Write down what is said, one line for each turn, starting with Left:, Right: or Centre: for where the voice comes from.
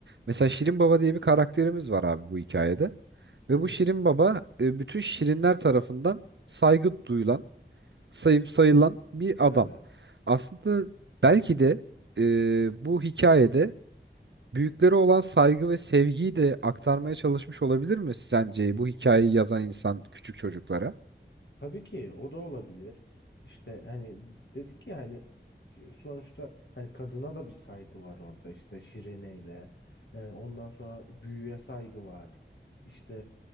Right: Mesela Şirin Baba diye bir karakterimiz var abi bu hikayede ve
Left: Hı hı.
Right: bu Şirin Baba e, bütün şirinler tarafından saygı duyulan, sayıp sayılan bir
Left: Evet.
Right: adam. Aslında belki de e, bu hikayede Büyüklere olan saygı ve sevgiyi de aktarmaya çalışmış olabilir mi sence bu hikayeyi yazan insan küçük çocuklara?
Left: Tabii ki o da olabilir. İşte hani dedik ya hani sonuçta hani kadına da bir saygı var orada işte Şirine'yle. Ee, ondan sonra büyüye saygı var. İşte